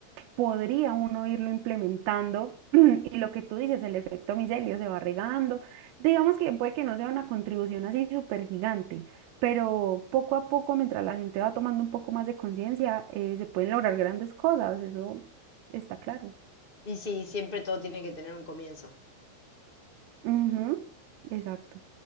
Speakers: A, on the right; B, on the left.
A: podría uno irlo implementando <clears throat> y lo que tú dices, el efecto micelio se va regando. Digamos que puede que no sea una contribución así súper gigante, pero poco a poco, mientras la gente va tomando un poco más de conciencia, eh, se pueden lograr grandes cosas, eso está claro.
B: Y sí, siempre todo tiene que tener un comienzo.
A: Ujú, exacto.